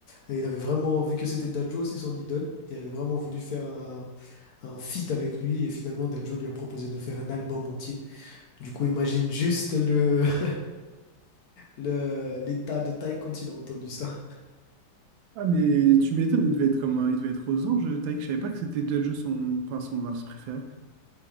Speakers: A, on the left; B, on the right.
A: et il avait vraiment, vu que c'était Dadju aussi son idole, il avait vraiment voulu faire un, un feat avec lui et finalement Dadju lui a proposé de faire un album entier. Du coup, imagine juste le, <laughs> le, l'état de Tyke quand il a entendu ça.
B: Ah, mais tu m'étonnes, il devait être comme un- il devait être aux anges, Taïk. Je savais pas que c'était déjà son, enfin, son artiste préféré.